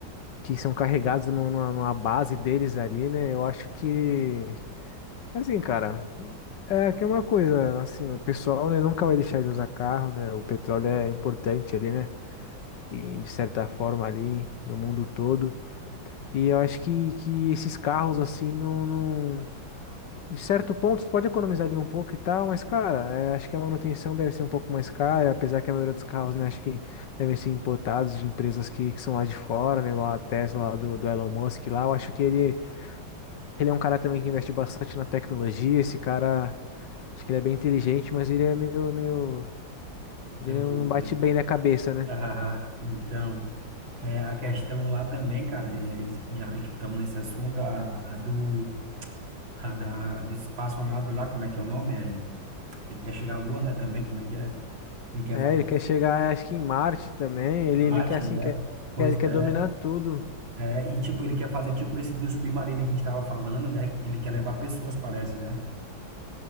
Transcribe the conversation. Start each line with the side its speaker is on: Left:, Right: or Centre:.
Left: que são carregados num- numa, numa base deles ali, né? Eu acho que assim, cara, é que é uma coisa, assim, o pessoal, né, nunca vai deixar de usar carro, né? O petróleo é importante ali, né? E de certa forma ali no mundo todo. E eu acho que, que esses carros, assim, não, não- De certo ponto, tu pode economizar ali um pouco e tal, mas, cara, é, acho que a manutenção deve ser um pouco mais cara, apesar que a maioria dos carros, né, acho que devem ser importados de empresas que, que são lá de fora, né, igual a Tesla lá do, do Elon Musk lá. Eu acho que ele, ele é um cara também que investe bastante na tecnologia, esse cara, acho que ele é bem inteligente, mas ele é meio, meio... Ele
Right: É louco,
Left: não não bate
Right: né?
Left: bem na cabeça, né?
Right: Ah, <laughs> então. É, a questão lá também, cara, é, já que estamos nesse assunto, a, a do a da de espaçonave lá, como é que é o nome? É, ele quer chegar à Lua, né, também, como é que é? Ele quer
Left: É,
Right: fazer
Left: ele quer chegar, acho que em Marte também, ele, ele
Right: arte,
Left: quer, assim,
Right: né?
Left: quer,
Right: Pois
Left: quer, quer
Right: é,
Left: dominar tudo.
Right: é, e tipo, ele quer fazer tipo esse do submarino que a gente estava falando, né? Ele quer levar pessoas, parece, né?